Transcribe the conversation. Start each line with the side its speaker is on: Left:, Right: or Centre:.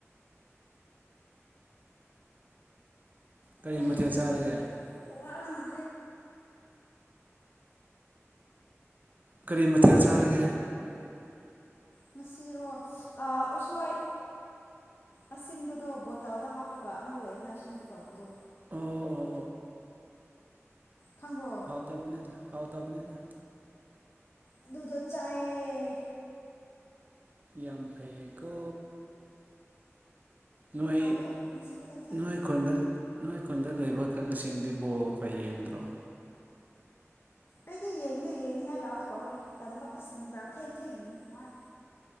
Right: ꯀꯔꯤ
Left: ꯑꯦ
Right: ꯃꯊꯦꯜ ꯆꯥꯔꯒꯦ
Left: ꯍꯥ ꯈꯋꯥꯡꯅ
Right: ꯀꯔꯤ ꯃꯊꯦꯜ ꯆꯥꯔꯒꯦ
Left: ꯉꯁꯤꯔꯣ ꯏꯁ ꯑ ꯎꯁꯣꯏ ꯑꯁꯤꯟꯕꯗꯣ ꯕꯣꯇꯜꯗ ꯍꯥꯞꯄꯒ ꯑꯃ ꯂꯩꯗꯅ ꯑꯁꯤꯟꯕ ꯇꯧꯕꯗꯣ
Right: ꯑꯣ ꯑꯣ
Left: ꯈꯪꯕ꯭ꯔꯣ
Right: ꯍꯥꯎ ꯇꯕꯅꯦꯗꫭ ꯍꯥꯎ ꯇꯕꯅꯦꯗꫭ
Left: ꯑꯗꯨꯗꫭ ꯆꯥꯏꯌꯦ
Right: ꯌꯥꯝ ꯐꯩꯀꯣ ꯅꯣꯏ
Left: ꯍꯥꯎꯋꯦ ꯉꯁꯤ ꯈꯛꯇꯪ ꯆꯥ
Right: ꯅꯣꯏ ꯈꫭꯟꯗ ꯅꯣꯏ ꯈꯨꯟꯗ ꯂꯩꯕ ꯀꯠꯂꯁꯤꯡꯗꯤ ꯕꯣꯜ ꯀ ꯌꯦꯡꯗ꯭ꯔꯣ
Left: ꯑꯩꯗꯤ ꯌꯦꯡꯗꯦ ꯌꯦꯡꯉꯥꯏ ꯂꯥꯛꯑꯒ ꯀꯧꯔꯛꯑꯦ ꯇꯟꯕ ꯑꯁ ꯅꯨꯡꯗꯥꯡ ꯊꯦꯡ ꯊꯦꯡ ꯌꯦꯡꯉꯤ ꯀꯨꯃꯥꯏ